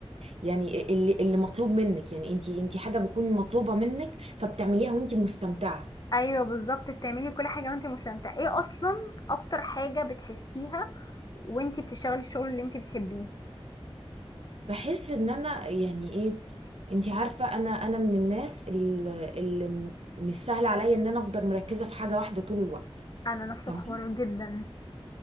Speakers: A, on the right; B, on the left.
A: يعني اللي, اللي مطلوب منك يعني انت انت حاجه بتكون مطلوبه منك فبتعمليها وانت مستمتعه
B: ايوه بالظبط بتعملي كل حاجه وانت مستمتعه ايه اصلا اكتر حاجه بتحسيها وانت بتشتغلي الشغل اللي انت بتحبيه
A: بحس ان انا يعني ايه انتي عارفه انا انا من الناس اللي, اللي م- مش سهل عليا ان انا افضل مركزه في حاجه واحده طول الوقت
B: انا نفس
A: تمام
B: الحوار جدا